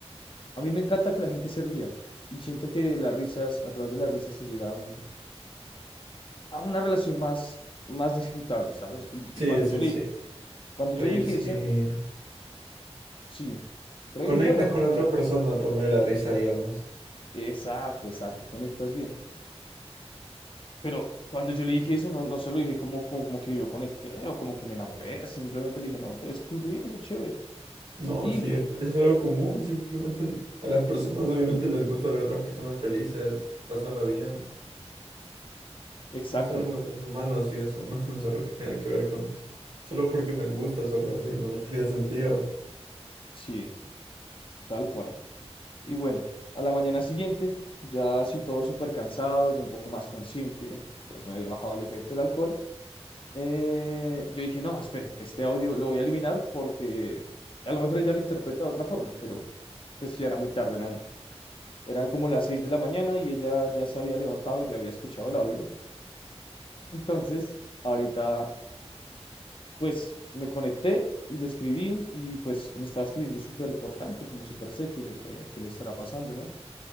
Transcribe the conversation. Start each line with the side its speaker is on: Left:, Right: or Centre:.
Left: a mí me encanta que la gente se ría y siento que las risas, a través de las risas se llega a, un- a una relación más, más disfrutable, ¿sabes? Y,
Right: Sí,
Left: y cuando
Right: sí,
Left: yo le,
Right: sí.
Left: cuando
Right: Reír
Left: yo le dije
Right: si
Left: eso, sí, reír
Right: conectas
Left: es bueno.
Right: con la otra persona, promueve la risa, digamos.
Left: <laughs> Exacto, exacto, conectas bien. Pero cuando yo le dije eso, no, no se lo dije como, como, como que yo conecté o como que me enamoré, simplemente le dije, no, te ves cool riendo, chévere.
Right: No,
Left: Y
Right: sí,
Left: pu-
Right: es- eso es algo común. Simplemente n- a las personas obviamente les gusta ver a otras personas felices, pasarla bien.
Left: exacto,
Right: Es algo de los humanos y eso, ¿no? <laughs> No es algo que tenga que ver con... Solo porque me gusta, solo así, no, no tendría sentido.
Left: sí, tal cual. Y bueno, a la mañana siguiente, ya así todo súper cansado, ya un poco más consciente, <laughs> ya se me había bajado el efecto del alcohol, eh, yo dije, no, espere, este audio lo voy a eliminar porque a lo mejor ella lo interpreta de otra forma, pero pues ya era muy tarde, eran, eran como las 6 de la mañana y ella ya se había levantado y ya había escuchado el audio. Entonces, ahorita pues me conecté y le escribí y pues me estaba escribiendo súper cortante, como súper seco y yo, ve, ¿qué le estará pasando, no?